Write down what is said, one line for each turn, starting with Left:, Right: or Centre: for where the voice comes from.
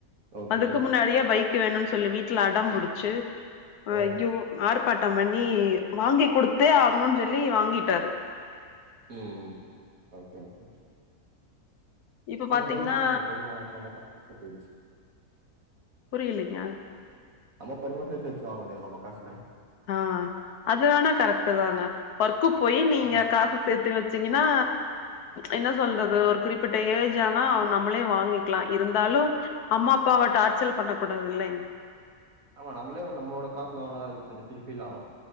Right: ஓகே
Left: அதுக்கு முன்னாடியே பைக் கு வேணுன் சொல்லி வீட்ல அடம்புடிச்சு
Right: ஓ
Left: ஐயோ ஆர் பாட்டம் பண்ணி வாங்கி குடுத்தே ஆகணுன் சொல்லி வாங்கிட்டாரு
Right: ம் ஓகே ஓகே
Left: இப்ப
Right: நம்ம
Left: பாத்தீங்கன்னா
Right: பைக் வாங்குவோ பொறுமியா வாங்வோ நம்ம காசுல சேத்து வெச்சு
Left: புரியலிங்க
Right: நம்ம பொறும்யா சேத்து வெச்சு வாங்க வேண்டிதா நம்ம காசுல
Left: ஆ அது வேணா கரெக்ட்டு தாங்க ஒர்க்கு போயி நீங்க
Right: ம்
Left: காசு சேத்து வெ ச்சீங்கின்னா என்ன சொல்றது
Right: ம்
Left: ஒரு குறிப்பிட்ட ஏஜு ஆனா அவ நம்மளே வாங்கிக்லா இருந்தாலு அம்மா அப்பாவ டார்ச்சல் பண்ண கூடாது இல்லைங்
Right: ஆமா நம்மளே நம்மளோட காஸ்ல வாங்னா அது கொஞ்சோ ஃபுல்ஃபில் ஆவு